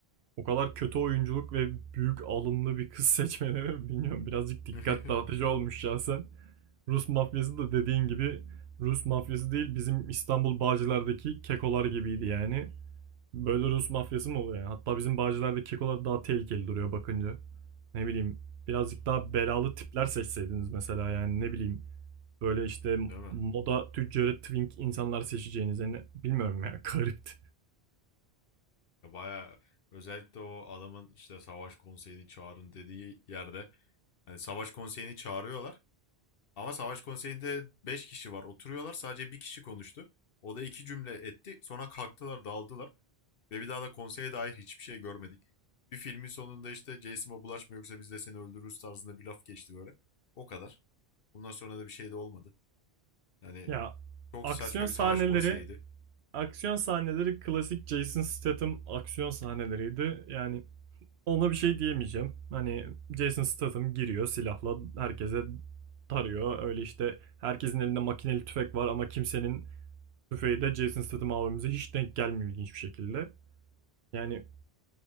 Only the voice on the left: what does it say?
<laughs>
Değil mi?
Ya Bayağı özellikle o adamın işte savaş konseyini çağırın dediği yerde hani savaş konseyini çağırıyorlar ama savaş konseyinde 5 kişi var oturuyorlar sadece bir kişi konuştu. O da iki cümle etti sonra kalktılar dağıldılar ve bir daha da konseye dair hiçbir şey görmedik. Bir filmin sonunda işte Jason'a bulaşma yoksa biz de seni öldürürüz tarzında bir laf geçti böyle. O kadar. Bundan sonra da bir şey de olmadı. Yani
çok
saçma
bir savaş konseyiydi.